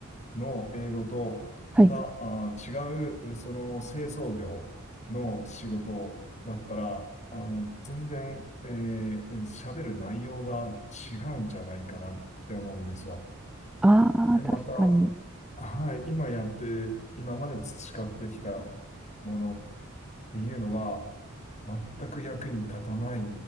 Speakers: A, on the left (about 35°); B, in the centre.
A: の英語と、
B: はい。
A: また、あー、違う、その製造業の仕事だったら、あー、全然、えー喋る内容が違うんじゃないかなって思うんですよ。
B: ああ、
A: で、
B: 確かに。
A: また、はい、今やって、今まで培ってきたものっていうのが、全く役に立たない